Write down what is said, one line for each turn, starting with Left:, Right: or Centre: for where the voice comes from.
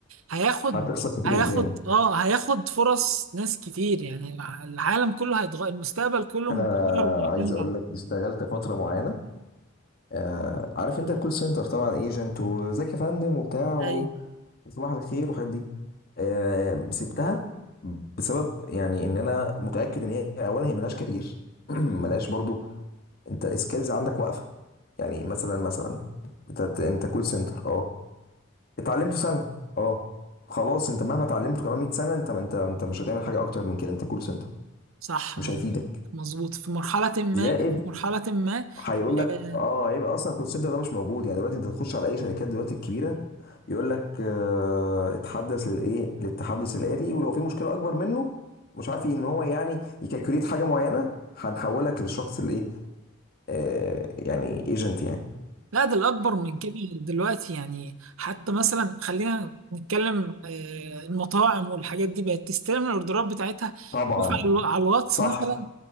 Right: هياخد
Left: هتخسر كتير
Right: هياخد
Left: قدام
Right: اه هياخد فرص ناس كتير يعني العالم كله هيتغير المستقبل كله
Left: انا
Right: متغير ومعتمد
Left: عايز اقول
Right: على
Left: لك اشتغلت فتره معينه آه عارف انت الكول سنتر طبعا ايجنت وزكي فندم وبتاع
Right: اي
Left: صباح الخير والحاجات دي آه، سبتها بسبب يعني ان انا متاكد ان هي اولا هي ملهاش كارير <clears throat> ملهاش برضو انت سكيلز عندك واقفه يعني مثلا مثلا انت انت كول سنتر اه اتعلمته سنه اه خلاص انت مهما اتعلمته كمان 100 سنه انت انت انت مش هتعمل حاجه اكتر من كده انت كول سنتر
Right: صح
Left: مش
Right: مظبوط
Left: هيفيدك
Right: مظبوط في مرحلة ما
Left: زائد
Right: في مرحلة ما
Left: هيقول لك
Right: آه،
Left: اه هيبقى اصلا الكول سنتر ده مش موجود يعني دلوقتي انت تخش على اي شركات دلوقتي الكبيره يقول لك آه اتحدث للايه للتحدث الآلي ولو في مشكله اكبر منه مش عارف ان هو يعني يكالكوليت حاجه معينه هنحولك للشخص الايه آه يعني ايجنت يعني
Right: لا ده الأكبر من كده دلوقتي يعني حتى مثلا خلينا نتكلم آه، المطاعم والحاجات دي بقت تستلم الأوردرات بتاعتها
Left: فطبعا
Right: شوف على على الواتس
Left: صح
Right: مثلا